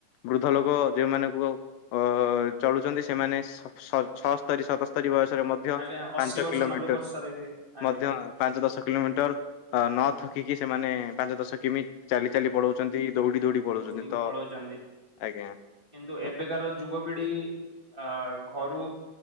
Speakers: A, on the left (about 85°); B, on the right (about 15°).
A: ବୃଦ୍ଧ ଲୋକ ଯୋଉମାନଙ୍କୁ ଆଉ ଅ ଚଳୁଛନ୍ତି ସେମାନେ ଶଶ ଛଅସ୍ତରୀ ସତସ୍ତରୀ ବୟସରେ ମଧ୍ୟ ମଧ୍ୟ
B: ଆଜ୍ଞା ଅଶୀ
A: ପାଞ୍ଚ
B: ବର୍ଷ
A: କିଲୋମିଟର
B: ନବେ ବର୍ଷରେ ବି ଆଜ୍ଞା
A: ମଧ୍ୟ ପାଞ୍ଚ ଦଶ କିଲୋମିଟର। ଅ ନଥକିକି ସେମାନେ ପାଞ୍ଚ ଦଶ କିମି ଚାଲି ଚାଲି ପଳଉଛନ୍ତି ଦୌଡି ଦୌଡି ପଳଉଛନ୍ତି
B: ଦୌଡିକି
A: ତ
B: ପଳଉଛନ୍ତି
A: ଆଜ୍ଞା
B: କିନ୍ତୁ
A: ତ
B: ଏବେକାର ଯୁବପିଢି ଅ ଘରୁ